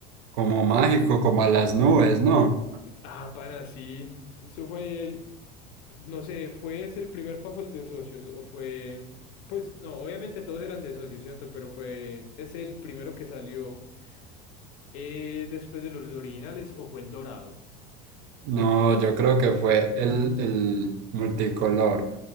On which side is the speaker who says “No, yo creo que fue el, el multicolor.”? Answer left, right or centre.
Right